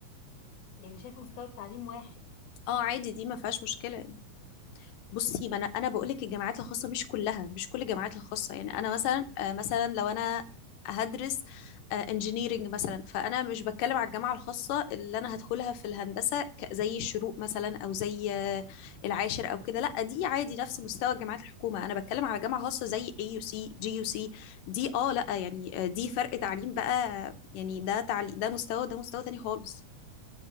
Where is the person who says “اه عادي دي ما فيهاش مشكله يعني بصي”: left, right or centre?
Left